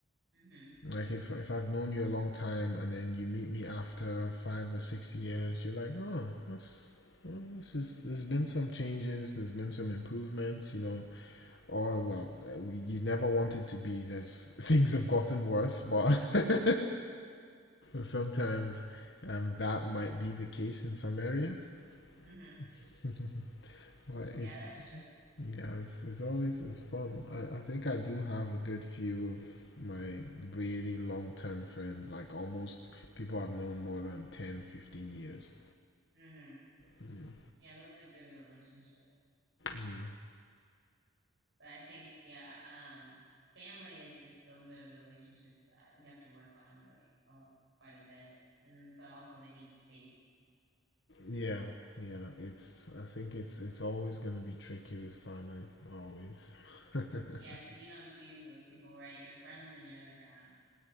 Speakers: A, on the right (about 65°); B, on the left (about 60°).
A: hmm hmm
B: Like if if I've known you a long time and then you meet me after five or six years, you're like, oh, that's This is, there's been some changes. There's been some improvements. You know, or well, uh, you never want it to be. There's <laughs> things have gotten worse, but <laughs>
A: hmm
B: sometimes um, that might be the case in some areas.
A: hmm
B: <laughs> but
A: Yeah,
B: it's
A: that's true.
B: yeah, it's, it's always it's fun. I, I think I do have a good few of my really long term friends. Like almost people I've known more than ten, 15 years.
A: hmm
B: Yeah.
A: Yeah, those are good relationships.
B: yeah.
A: But I think, yeah, um, family is just those are the relationships that you have to work on really a lot, quite a bit. And then, but also they need space.
B: Yeah, yeah. It's I think it's it's always gonna be tricky with family, always. <laughs>
A: Yeah, because you don't choose those people, right? Your friends and your um,